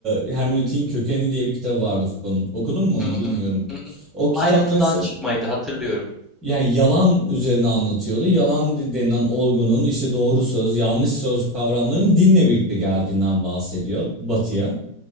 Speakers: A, on the right (about 25°); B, in the centre.
A: e, Hermeneutiğin Kökeni diye bir kitabı vardı Foucault'un. Okudun mu
B: Hı
A: onu
B: hı.
A: bilmiyorum.
B: Hı hı.
A: O
B: Ayrıntıdan
A: kitap mesela
B: çıkmaydı hatırlıyorum.
A: yani yalan üzerine anlatıyordu. Yalan de- denilen olgunun işte doğru söz, yanlış söz kavramlarının dinle birlikte geldiğinden bahsediyor Batı'ya.